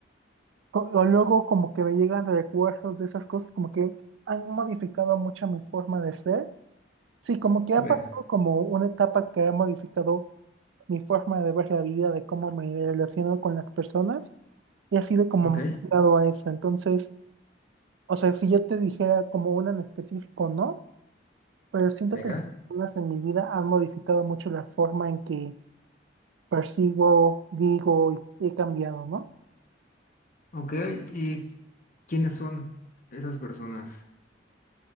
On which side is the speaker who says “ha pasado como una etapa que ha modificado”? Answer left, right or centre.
Right